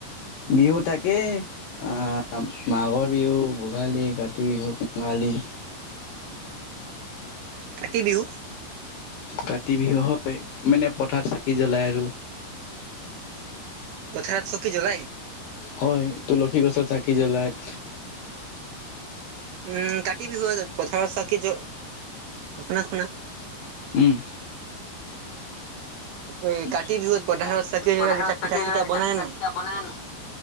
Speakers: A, on the left (about 75°); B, on the right (about 80°).
A: বিহু তাকেই অ', - মাঘৰ বিহু, ভোগালী, কাতি বিহু কঙালী
B: <inaudible> কাতি বিহু?
A: কাতি বিহু হয়, মানে পথাৰ চাকি জ্বলাই আৰু
B: পথাৰত চ কি জ্বলাই?
A: হয় তুলসী গছৰ চাকি জ্বলায় উম',
B: উম', - কাতি বিহুৱ পথাৰ চাকি জ, -শুনা শুনা
A: উম',
B: এই
A: হম',
B: কাতি বিহুত
A: -
B: পথাৰত
A: কাতি
B: চাকি
A: বিহুত
B: জ্বলাই
A: পথাৰত
B: যেতিয়া পিঠা
A: চাকি জ্বলাই
B: চিঠা
A: তেতিয়া
B: বনাই
A: পিঠা
B: নে নাই?
A: সিঠা বনাই ন?